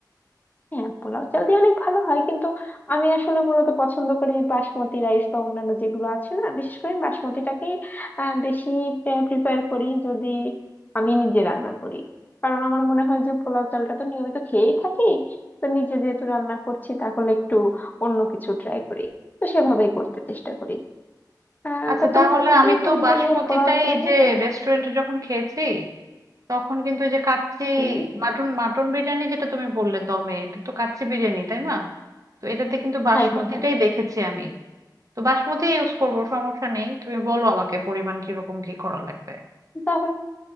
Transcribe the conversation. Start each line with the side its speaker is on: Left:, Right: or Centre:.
Left: হ্যাঁ পোলাও চাল দিয়ে অনেক ভালো হয় কিন্তু আমি আসলে মূলত পছন্দ করি বাসমতি রাইস বা অন্যান্য যেগুলো আছে না বিশেষ করে আমি বাসমতিটাকেই আহ, বেশি প্রিপেয়ার করি যদি আমি নিজে রান্না করি কারণ আমার মনে হয় যে পোলাও চালটা তো নিয়মিত খেয়েই থাকি তো নিজে যেহেতু রান্না করছি তাহলে একটু অন্য কিছু ট্রাই করি তো সেভাবেই করতে চেষ্টা করি আহ
Right: আচ্ছা
Left: তা তুমি
Right: তাহলে
Left: কি
Right: আমি তো বাসমতিটাই
Left: মানে পোলাও চাল দিয়ে
Right: যে রেস্টুরেন্টে যখন খেয়েছি তখন কিন্তু এই যে কাচ্চি
Left: উম,
Right: মাটন মাটন বিরিয়ানি যেটা তুমি বললে দমে এটা তো কাচ্চি বিরিয়ানি তাই না তো এটাতে কিন্তু বাসমতিটাই
Left: হ্যাঁ হ্যাঁ হ্যাঁ
Right: দেখেছি আমি তো বাসমতি ইউজ করব সমস্যা নেই তুমি বলো আমাকে পরিমাণ কিরকম কি করা লাগবে
Left: তাহলে